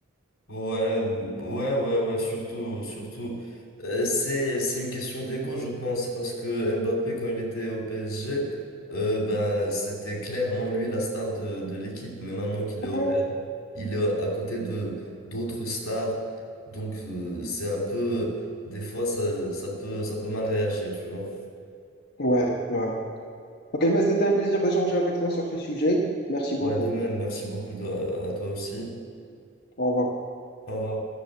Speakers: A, on the left; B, on the left.
A: Ouais, mm, ouais, ouais, ouais, surtout, surtout. Euh, c'est, c'est une question d'ego, je pense, parce que Mbappé, quand il était au PSG, euh, ben, c'était clairement lui la star de, de l'équipe. Mais maintenant qu'il est, au-
B: Ouais,
A: Ouais. il est à côté de d'autres stars, donc euh, c'est un peu, des fois, ça, ça peut, ça peut mal réagir, tu vois.
B: ouais. ouais. Ok, mais c'était un plaisir d'échanger avec toi sur ce sujet. Merci beaucoup.
A: Ouais, de même, merci beaucoup de- à à toi aussi.
B: Au revoir.
A: Au revoir.